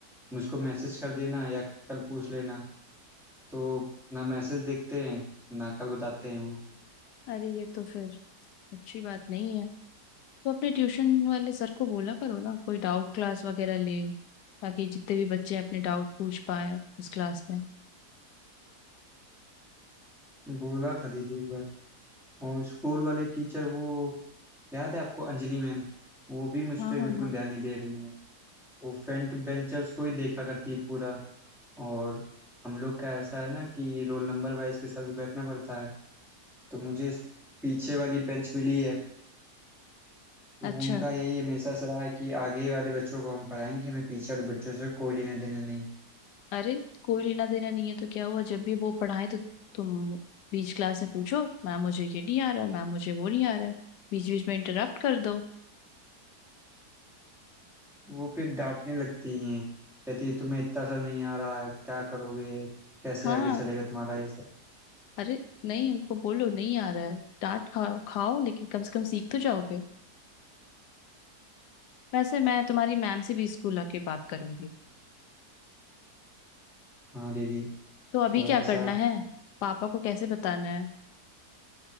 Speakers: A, in the centre; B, on the left (about 80°).
A: मुझको मैसेज कर देना या कल पूछ लेना तो ना मैसेज देखते हैं ना कल बताते हैं वो
B: अरे ये तो फिर अच्छी बात नहीं है तो अपने ट्यूशन वाले सर को बोला करो ना कोई डाउट क्लास वगैरह ले ताकि जितने भी बच्चे अपने डाउट पूछ पाए उस क्लास में
A: बोला था दीदी एक बार और स्कूल वाले टीचर वो याद है आपको अंजलि मैम वो भी मुझ
B: हाँ
A: पर बिल्कुल
B: हाँ हाँ
A: ध्यान नहीं दे रही है वो फ्रंट बेंचर्स को ही देखा करती है पूरा और हम लोग का ऐसा है ना कि रोल नंबर वाइज के साथ बैठना पड़ता है तो मुझे इस पीछे वाली बेंच मिली है
B: अच्छा
A: उनका यही हमेशा से रहा है कि आगे वाले बच्चों को हम पढ़ाएंगे हमें पीछे वाले बच्चों से कोई लेने देने नहीं
B: अरे कोई लेना देना नहीं है तो क्या हुआ जब भी वो पढ़ाए तो तुम बीच क्लास में पूछो मैम मुझे ये नहीं आ रहा मैम मुझे वो नहीं आ रहा है बीच बीच में इंटरप्ट कर दो
A: वो फिर डांटने लगती हैं कहती है तुम्हें इतना सा नहीं आ रहा है, क्या करोगे कैसे
B: हाँ
A: आगे चलेगा तुम्हारा ये सब
B: अरे नहीं उनको बोलो नहीं आ रहा है डांट खाओ खाओ लेकिन कम से कम सीख तो जाओगे वैसे मैं तुम्हारी मैम से भी स्कूल आके बात करूंगी
A: हाँ दीदी
B: तो अभी
A: थोड़ा
B: क्या करना
A: सा
B: है पापा को कैसे बताना है